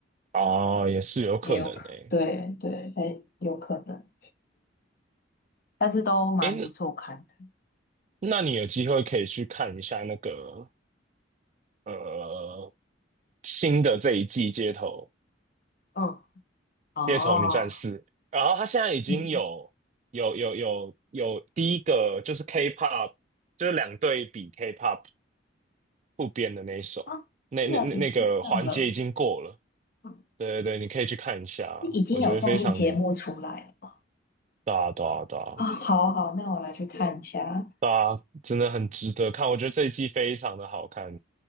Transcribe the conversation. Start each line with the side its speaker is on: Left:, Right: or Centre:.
Right: 啊，也是有可能的。
Left: 也有可能。对对，哎，有可能，但是都蛮不错看的。
Right: 诶，那你有机会可以去看一下那个呃新的这一季街头。
Left: 嗯，哦，
Right: 街头女战士，然后她现在已经有有有有有第一个就是
Left: 嗯，
Right: K-pop，就是两队比 K-pop 不编的那一首，
Left: 啊，
Right: 那那那那个环节已经过了。
Left: 这个已经上了。嗯
Right: 对对对，你可以去看一下，
Left: 已经有综艺节目出来了吗？
Right: 我觉得非常的大大大
Left: 啊，好好，那我来去看一下。
Right: 大，真的很值得看。我觉得这一季非常的好看。